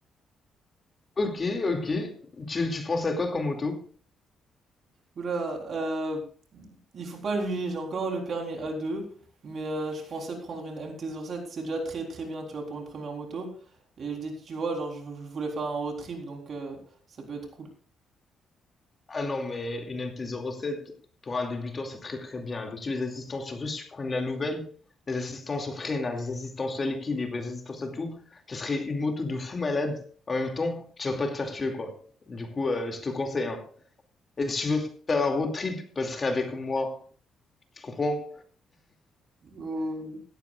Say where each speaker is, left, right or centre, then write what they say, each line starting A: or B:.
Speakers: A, on the left; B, on the right.
A: Ok, ok. Tu, tu penses à quoi comme moto?
B: Oula, euh, il faut pas juger, j'ai encore le permis A2, mais euh, je pensais prendre une MT-07, c'est déjà très très bien, tu vois, pour une première moto. Et je dis, tu vois, genre, je, je voulais faire un road trip, donc euh, ça peut être cool.
A: Ah non, mais une MT-07, pour un débutant, c'est très très bien. Parce que les assistants, surtout si tu prends de la nouvelle, les assistances au freinage, les assistances à l'équilibre, les assistances à tout, ça serait une moto de fou malade. En même temps, tu vas pas te faire tuer, quoi. Du coup, euh, je te conseille, hein. Et si tu veux faire un road trip, bah, ce serait avec moi. Tu comprends?
B: Oh,